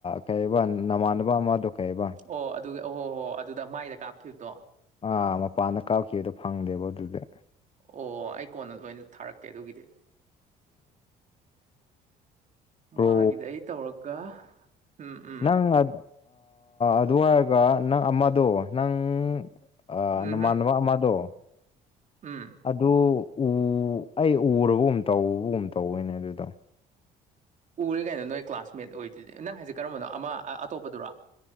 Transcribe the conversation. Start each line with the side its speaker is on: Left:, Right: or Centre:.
Left: ꯀꯩꯕ ꯅꯃꯥꯟꯅ ꯕ ꯃꯥꯗꯨ ꯀꯩꯕ
Right: ꯑꯣ ꯑꯗꯨ ꯑꯍꯣ ꯍꯍꯣ ꯑꯗꯨꯗ ꯃꯥꯏꯗ ꯀꯥꯞꯈꯤꯕꯗꯣ
Left: ꯑꯥ ꯃꯄꯥꯟꯗ ꯀꯥꯞꯈꯤꯗꯣ ꯐꯪꯗꯦꯕ ꯑꯗꯨꯗꯥ
Right: ꯑꯣ ꯑꯩ ꯀꯣꯟꯅ ꯂꯣꯏꯅ ꯊꯥꯔꯛꯀꯦ ꯑꯗꯨꯒꯤꯗꯤ
Left: ꯄ꯭ꯔꯣ
Right: ꯃꯥꯒꯤꯗ ꯑꯩ ꯇꯧꯔꯒ ꯎꯝ ꯎꯝ
Left: ꯅꯪ ꯑ ꯥꯗꯨꯍꯥꯏꯔꯒ ꯅꯪ ꯑꯃꯗꯣ ꯅꯪ ꯑꯥ
Right: ꯎꯝꯍꯝ
Left: ꯅꯃꯥꯟꯅꯕ ꯑꯃꯗꯣ
Right: ꯎꯝ
Left: ꯑꯗꯨ ꯎ ꯑꯩ ꯎꯔꯕꯒꯨꯝ ꯇꯧꯕꯒꯨꯝ ꯇꯧꯏꯅꯦ ꯑꯗꯨꯗꯣ
Right: ꯎꯔꯦ ꯀꯥꯏꯅꯣ ꯅꯣꯏ ꯀ꯭ꯂꯥꯁꯃꯦꯠ ꯑꯣꯏꯗꯨꯗꯤ ꯅꯪ ꯍꯥꯏꯁꯦ ꯀꯔꯝꯕꯅꯣ ꯑꯃ ꯑꯇꯣꯞꯄꯗꯨꯔꯣ